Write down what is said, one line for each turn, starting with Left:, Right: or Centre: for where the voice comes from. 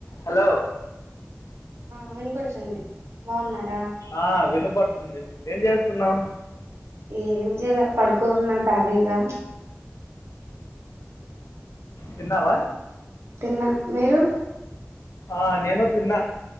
Left: Hello
Right: ఆ వినపడుతుంది బాగున్నార?
Left: ఆ వినపడుతుంది. ఏం చేస్తున్నవ్?
Right: ఏం జేల పడుకోన్న కాళిగా
Left: తిన్నావ?
Right: తిన్న, మీరు?
Left: ఆ నేను తిన్నా,